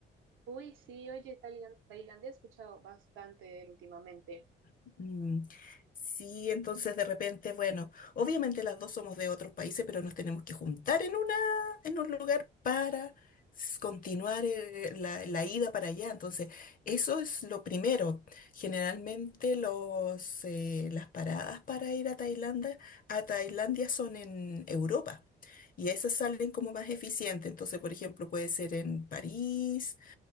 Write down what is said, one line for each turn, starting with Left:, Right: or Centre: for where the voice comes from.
Right: Uy, sí, oye, Tailan- Tailandia he escuchado bastante de él últimamente.
Left: Mm, Sí, entonces de repente, bueno, obviamente las dos somos de otros países, pero nos tenemos que juntar en una, en un lugar para s- continuar eh, la, la ida para allá. Entonces, eso es lo primero. Generalmente los, eh, las paradas para ir a Tailandia, a Tailandia son en Europa. Y esas salen como más eficientes. Entonces, por ejemplo, puede ser en París